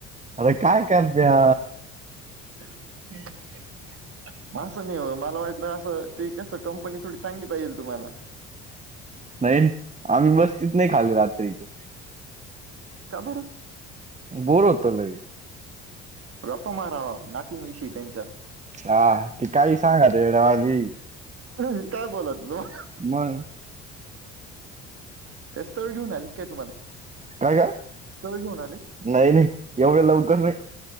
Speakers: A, on the right; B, on the right.
A: अरे काय करत्या?
B: <unintelligible> असं नाही हो मला वाटलं, असं ते कसं कंपनी थोडी चांगली पाहिजेल तुम्हाला.
A: नाही आम्ही मस्तीत नाही खाल्ले रात्री ते.
B: का बरं
A: बोर होतं लई.
B: गप्पा मारावा नातींविषयी त्यांच्या
A: हा ती काही सांगाल येड्यावानी.
B: <unintelligible> काय बोलत होता?
A: मग
B: काय स्थळ घेऊन आलीत काय तुम्हाला,
A: काय काय
B: स्थळ घेऊन आले?
A: नाही नाही, एवढ्या लवकर नाही.